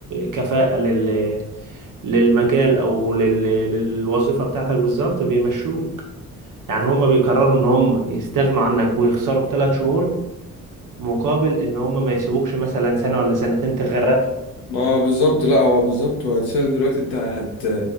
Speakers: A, on the right (about 45°); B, on the left (about 80°).
A: كفاءة لل... للمجال او لل... للوظيفة بتاعتك بالظبط بيمشوك يعني هم بيقرروا
B: مم.
A: ان هم يستغنوا عنك ويخسروا بثلاث شهور مقابل ان هم ما يسيبوكش مثلا سنة ولا سنتين تغرقهم
B: اه بالظبط لا هو بالظبط هو الإنسان دلوقتي انت هت